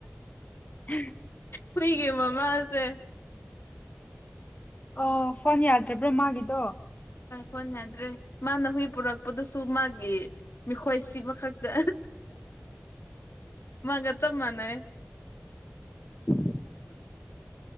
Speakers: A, on the left; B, on the left.
A: ꯎꯝ
B: ꯍꯣꯏꯒꯦꯃ ꯃꯥꯁꯦ
A: ꯑꯣ ꯐꯣꯟ ꯌꯥꯗ꯭ꯔ ꯄꯨ꯭ꯔ ꯃꯥꯒꯤꯗꯣ
B: ꯁꯣꯟꯅꯗ꯭ꯔꯦ ꯃꯥꯅ ꯍꯨꯏ ꯄꯨꯔꯛꯄꯗꯨꯁꯨ ꯃꯥꯒꯤ ꯃꯤꯈꯣꯏ ꯁꯤꯕ ꯈꯛꯇ ꯃꯥꯒ ꯆꯞ ꯃꯥꯟꯅꯩ
A: ꯎꯝ